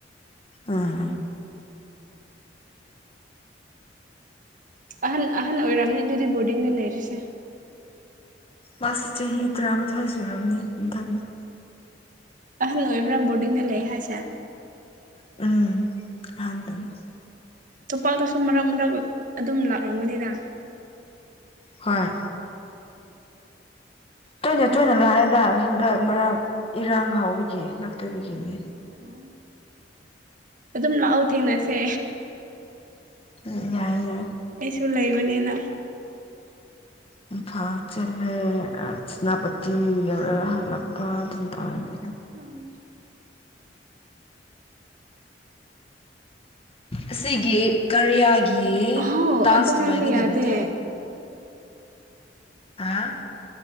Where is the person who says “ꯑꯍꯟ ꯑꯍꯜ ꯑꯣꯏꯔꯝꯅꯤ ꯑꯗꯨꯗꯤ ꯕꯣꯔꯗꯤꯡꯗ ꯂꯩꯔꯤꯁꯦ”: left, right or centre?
Right